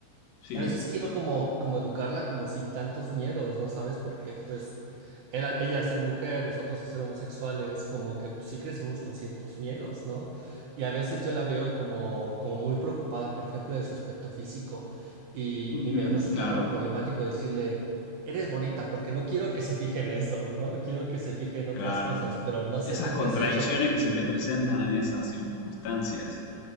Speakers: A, on the left; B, on the right.
A: sí,
B: y a veces quiero como, como educarla como sin tantos miedos, ¿no sabes? Porque pues él, a- ella a ser mujer, nosotros a ser homosexuales, como que pues, sí crecimos con ciertos miedos, ¿no? Y a veces yo la veo como, como muy preocupada, por ejemplo, de su aspecto físico y,
A: ujú,
B: y me resulta
A: claro,
B: como problemático decirle, eres bonita, porque no quiero que se fije en eso, ¿no? Quiero que se fije en
A: claro.
B: otras cosas, pero no sé,
A: Esas
B: ¿tú
A: contradicciones
B: qué has hecho?
A: que se te presentan en esas circunstancias.